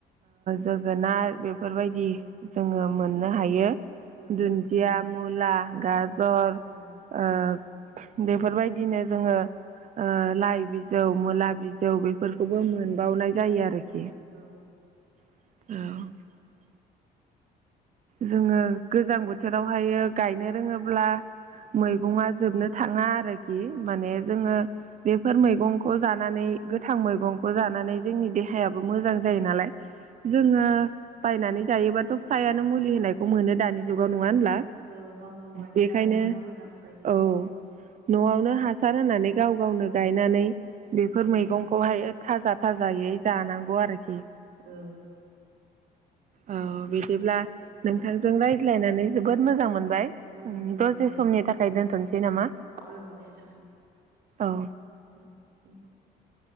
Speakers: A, on the right; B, on the right.
A: जोगोनार बेफोरबायदि
B: औ
A: जोङो मोननो हायो।
B: ओं
A: दुन्दिया मुला गाजर
B: औ
A: ओ बेफोरबायदिनो जोङो ओ लाइ बिजौ मुला बिजौ बेफोरखौबो मोनबावनाय जायो
B: औ
A: आरोखि।
B: औ
A: औ। जोङो गोजां बोथोरावहायो गायनो रोङोब्ला
B: औ
A: मैगङा जोबनो थाङा आरोखि माने जोङो बेफोर मैगंखौ जानानै गोथां मैगं। खौ जानानै
B: औ
A: जोंनि देहायाबो मोजां जायो नालाय जोङो बायनानै जायोबाथ' हायानो मुलि होनाय खौ मोनो दानि
B: औ
A: जुगाव नङा होनब्ला
B: औ गाव गाव गायना
A: बेखायनो
B: लानो हाबा मोजां जायो आरो
A: औ न'आवनो हासार होनानै गाव गावनो
B: औ
A: गायनानै बेफोर
B: औ
A: मैगंखौहाय थाजा थाजायै जानांगौ आरोखि।
B: ओं।
A: औ बिदिब्ला नोंथांजों रायज्लायनानै जोबोद मोजां मोन बाय
B: ओं मोजां
A: दसे
B: मोनबाय
A: समनि
B: दे
A: थाखाय दोनथ'नोसै नामा
B: औ औ दे जागोन
A: औ।
B: <unintelligible>